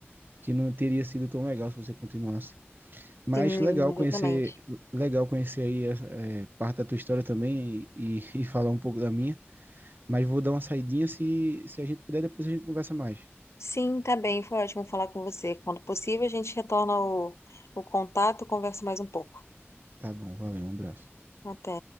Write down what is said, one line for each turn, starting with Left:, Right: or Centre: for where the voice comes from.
Right: que não teria sido tão legal se você continuasse. Mas
Left: Sim,
Right: legal
Left: exatamente.
Right: conhecer, legal conhecer aí eh, parte da tua história também e, e, e falar um pouco da minha. Mas vou dar uma saidinha se, se a gente puder, depois a gente conversa mais.
Left: Sim, tá bem. Foi ótimo falar com você. Quando possível, a gente retorna o, o contato, conversa mais um pouco.
Right: Tá bom, valeu, um abraço.
Left: Até.